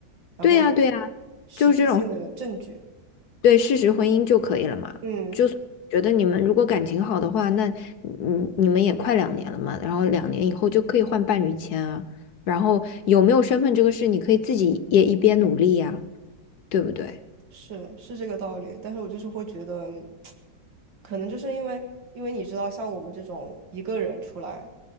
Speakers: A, on the right (about 80°); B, on the left (about 65°).
A: 然后有
B: 对呀对呀，
A: 实质性的证据。
B: 就是这种对事实婚姻就可以了嘛。
A: 嗯，
B: 就是觉得你们如果感情好的话，那你你们也快两年了嘛，然后两年以后就可以换伴侣签啊。然后有没有身份这个事，你可以自己也一边努力呀，对不对？
A: 是是这个道理。但是我就是会觉得，可能就是因为因为你知道，像我们这种一个人出来，